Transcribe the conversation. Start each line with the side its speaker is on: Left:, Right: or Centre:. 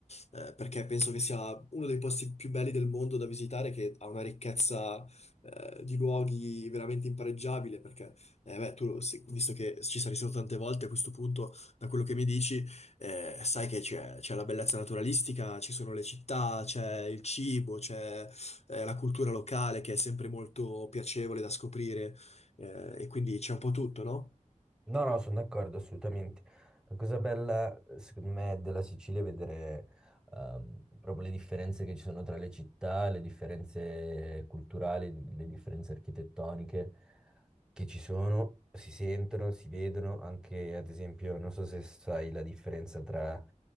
Left: eh, perché penso che sia uno dei posti più belli del mondo da visitare, che ha una ricchezza, eh, di luoghi veramente impareggiabile, perché, eh, beh, tu, lo- sì, visto che ci sei stato tante volte a questo punto, da quello che mi dici, eh, sai che c'è c'è la bellezza naturalistica, ci sono le città, c'è il cibo, c'è, eh, la cultura locale che è sempre molto piacevole da scoprire, eh, e quindi c'è un po' tutto, no?
Centre: No, no, sono d'accordo assolutamente. La cosa bella, secondo me, della Sicilia è vedere ehm, proprio le differenze che ci sono tra le città, le differenze culturali, le differenze architettoniche che ci sono, si sentono, si vedono. Anche, ad esempio, non so se sai la differenza tra